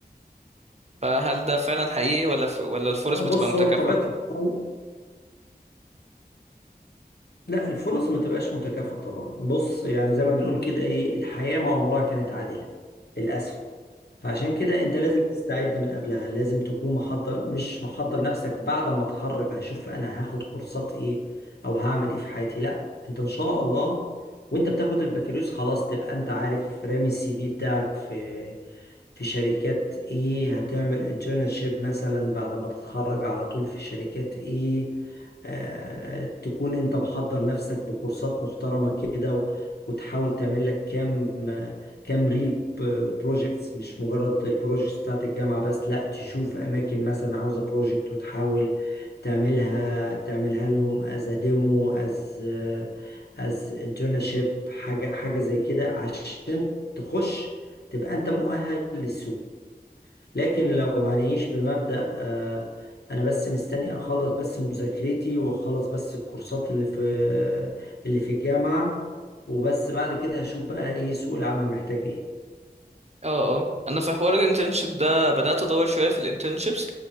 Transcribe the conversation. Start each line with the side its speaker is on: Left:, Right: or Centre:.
Right: فهل ده فعلا حقيقي ولا ف... ولا الفرص بتبقى
Left: بص
Right: متكافئة؟
Left: هو بطبيعة الحال لا الفرص ما تبقاش متكافئة طبعا بص يعني زي ما بنقول كده ايه الحياة ما عمرها كانت عادلة للأسف فعشان كده انت لازم تستعد من قبلها لازم تكون محضر مش محضر نفسك بعد ما اتخرج هشوف انا هاخد كورسات ايه او هعمل ايه في حياتي لا انت ان شاء الله وانت بتاخد البكالوريوس خلاص تبقى انت عارف رامي السي في بتاعك في في شركات ايه هتعمل انترنشيب مثلا بعد ما تتخرج على طول في شركات ايه آه تكون انت محضر نفسك بكورسات محترمة كده و- وتحاول تعمل لك كام آه، كام ريل بروجكتس مش مجرد البروجكتس بتاعت الجامعة بس لا تشوف اماكن مثلا عاوزة بروجكت وتحاول تعملها تعملها لهم از ديمو از از انترنشيب حاجة حاجة زي كده عشان تخش تبقى انت مؤهل للسوق لكن لو هنعيش بمبدأ آه، انا بس مستني اخلص بس مذاكرتي واخلص بس الكورسات اللي في اللي في الجامعة وبس بعد كده هشوف بقى ايه سوق العمل محتاج ايه
Right: اه اه انا في حوار الانترنشيب ده بدأت ادور شوية في الانترنشيبس